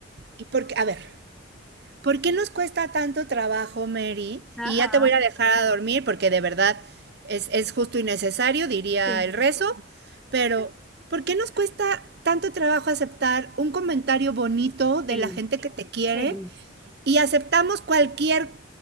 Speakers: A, on the right; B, in the centre.
A: y porque, a ver, ¿por qué nos cuesta tanto trabajo, Mary?
B: Ajá,
A: Y ya te voy a dejar a dormir porque de verdad es, es justo y necesario, diría
B: sí,
A: el rezo, pero ¿por qué nos cuesta tanto trabajo aceptar un comentario bonito de
B: sí,
A: la gente que te quiere
B: sí.
A: y aceptamos cualquier,